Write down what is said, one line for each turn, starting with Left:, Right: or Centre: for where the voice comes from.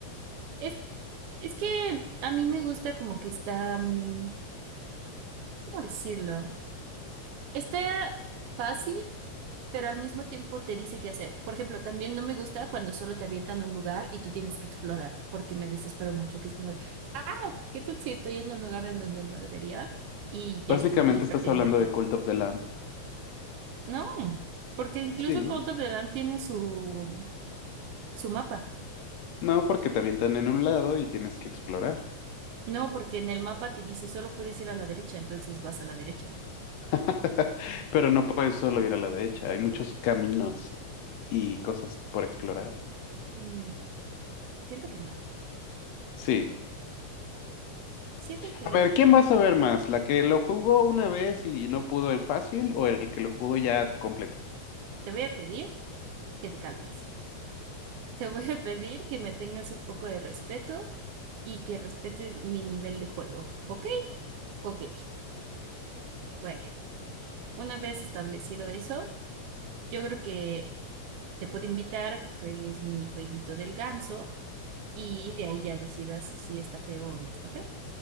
Right: Es, es que a mí me gusta como que está, mm, ¿cómo decirlo? Está fácil pero al mismo tiempo te dice qué hacer. Por ejemplo, también no me gusta cuando solo te avientan a un lugar y tú tienes que explorar, porque me desespero mucho, que es como de, ah, ¿qué tal si estoy en un lugar en donde no debería y ya
Left: Básicamente
Right: estoy aquí perdiendo
Left: estás hablando
Right: el tiempo?
Left: de Cult of the Lamb.
Right: No, porque incluso
Left: Sí.
Right: Call of the Lamb tiene su, su mapa.
Left: No, porque te avientan en un lado y tienes que explorar.
Right: No, porque en el mapa te dice solo puedes ir a la derecha, entonces vas a la derecha.
Left: <laughs> Pero no puedes solo ir a la derecha, hay muchos caminos y cosas por explorar.
Right: Mm, siento que no.
Left: Sí.
Right: Siento que
Left: A ver, ¿quién vas a ver más? ¿La que lo jugó una vez y no pudo en fácil o el que lo jugó ya completo? <laughs>
Right: te voy a pedir que te calmes. Te voy a pedir que me tengas un poco de respeto y que respetes mi nivel de juego. ¿Ok? Ok. Bueno, una vez establecido eso, yo creo que te puedo invitar a que juegues mi jueguito del ganso y de ahí ya decidas si sí está feo o no está feo.